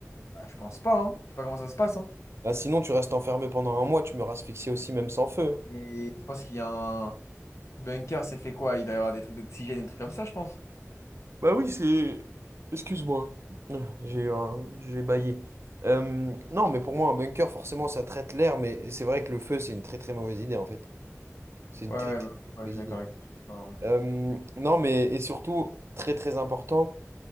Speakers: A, on the left (about 60°); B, on the right (about 55°).
A: bah, je pense pas, hein. Je sais pas comment ça se passe, hein.
B: Bah, sinon, tu restes enfermé pendant un mois. Tu meurs asphyxié aussi, même sans feu. hein.
A: Et je pense qu'il y a un. Bunker, c'est fait quoi? Il doit y avoir des trucs d'oxygène, des trucs comme ça, je pense.
B: Bah oui, c'est... Excuse-moi, Ah, j'ai eu un... j'ai bâillé. Euh, non, mais pour moi, un bunker, forcément, ça traite l'air, mais c'est vrai que le feu, c'est une très très mauvaise idée, en fait. C'est une
A: Ouais,
B: très
A: ouais,
B: très
A: bah, ouais,
B: mauvaise
A: je suis d'accord
B: idée.
A: avec. Ouais.
B: Euh, non, mais et surtout, très très important,